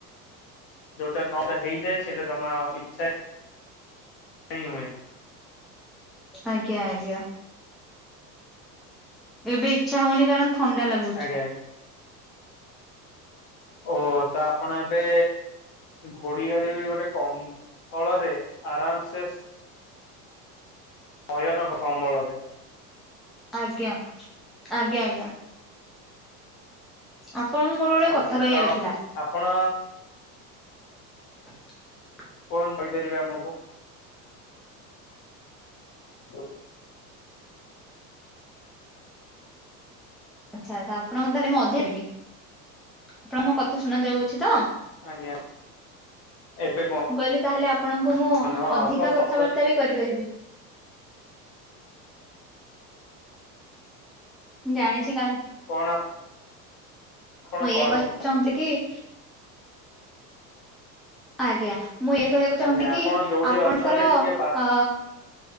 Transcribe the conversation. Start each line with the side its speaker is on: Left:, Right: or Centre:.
Left: ଯୋଉଟା ନଅଟା ହେଇଯା ସେଟ ତମ ଇଚ୍ଛା ହୁଏନି।
Centre: ଆଜ୍ଞା ଆଜ୍ଞା। ଏବେ ଇଚ୍ଛା ହଉନି କାରଣ ଥଣ୍ଡା ଲାଗୁ
Left: ଆଜ୍ଞା। ଓହୋ ତ ଆପଣ ଏବେ ଘୋଡି ଘାଡି ବି ଗୋଟେ କମ ଫଳରେ ଆରାମ ସେ
Centre: <unintelligible>
Left: ସୟନ କମ୍ବଳରେ
Centre: ଆଜ୍ଞା ଆଜ୍ଞା ଆଜ୍ଞା। ଆପଣଙ୍କୁ ମୋର ଗୋଟେ
Left: ଆଜ୍ଞା
Centre: କଥା କହିବାର
Left: ତ
Centre: ଥିଲା?
Left: ଆପଣ
Centre: <unintelligible>
Left: କଣ କହିପାରିବେ ଆମକୁ ହ।
Centre: ଆଚ୍ଛା ଆଛା ଆପଣଙ୍କ ତାହେଲେ ମୁଁ ଅଧ୍ୟାରିବି ଆପଣଙ୍କ କଥା ଶୁଣା ଯାଉଅଛି ତ?
Left: ଆଜ୍ଞା ଏବେ
Centre: କହିଲି ତାହେଲେ ଆପଣଙ୍କୁ ମୁଁ
Left: କୁହନ୍ତୁ ହଁ
Centre: ଅଧିକା କଥାବାର୍ତ୍ତା
Left: ଶବ୍ଦ ଟିକେ
Centre: ବି
Left: ଟିକେ
Centre: କରିପାରିବି? ଜାଣିଛି କ
Left: କଣ? ଆପଣ
Centre: ମୁଁ ଏୟା
Left: କୁହନ୍ତୁ।
Centre: କହିବାକୁ ଚାହୁଁଥିଲି କି? ଆଜ୍ଞା ମୁଁ ଏୟା କହିବାକୁ ଚାହୁଁନ୍ତି
Left: ଆଜ୍ଞା
Centre: କି
Left: ଆପଣ ଯୋଉଠି
Centre: ଆପଣଙ୍କର
Left: ଅଛନ୍ତି ଟିକେ
Centre: ଅ